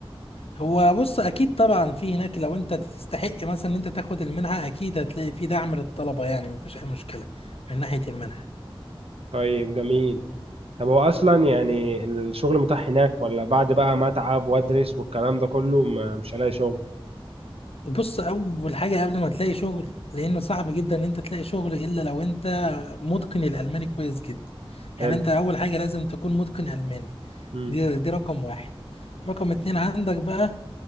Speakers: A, on the left; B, on the right.
A: هو بص أكيد طبعا في هناك لو انت تستحق مثلا ان انت تاخد المنحة أكيد هتلاقي في دعم للطلبة يعني مفيش أي مشكلة من ناحية المنحة
B: طيب جميل طب هو اصلا يعني الشغل متاح هناك ولا بعد بقى ما اتعب وادرس والكلام ده كله م- مش هلاقي شغل
A: بص أول حاجة قبل ما تلاقي شغل لأنه صعب جدا ان انت تلاقي شغل إلا لو انت متقن الألماني كويس جدا
B: حلو
A: يعني انت أول حاجة لازم تكون متقن ألماني
B: امم
A: دي, دي رقم واحد رقم اتنين عندك بقى